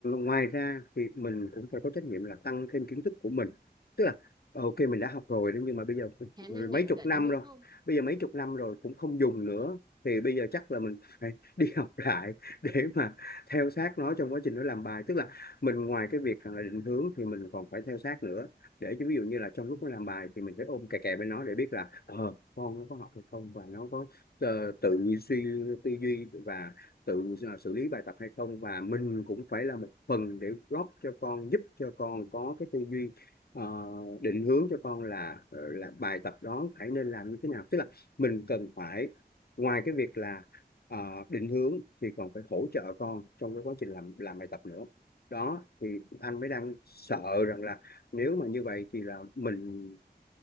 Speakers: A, on the left; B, on the right.
A: ngoài ra thì mình cũng phải có trách nhiệm là tăng thêm kiến thức của mình tức là ok mình đã học rồi đó nhưng mà bây giờ
B: khả năng
A: mấy
B: nhận
A: chục
B: định
A: năm
B: đúng
A: rồi
B: không
A: bây giờ mấy chục năm rồi cũng không dùng nữa thì bây giờ chắc là mình phải <laughs> đi học lại để mà theo sát nó trong quá trình nó làm bài tức là mình ngoài cái việc là định hướng thì mình còn phải theo sát nữa để cho ví dụ như là trong lúc nó làm bài thì mình phải ôm kè kè bên nó để biết là ờ con nó có học hay không và nó có ờ, tự suy tư duy và tự ờ, xử lý bài tập hay không và mình cũng phải là một phần để góp cho con giúp cho con có cái tư duy ờ, định hướng cho con là ờ, là bài tập đó phải nên làm như thế nào tức là mình cần phải ngoài cái việc là ờ, định hướng thì còn phải hỗ trợ con trong cái quá trình làm làm bài tập nữa đó thì anh mới đang sợ rằng là nếu mà như vậy thì là mình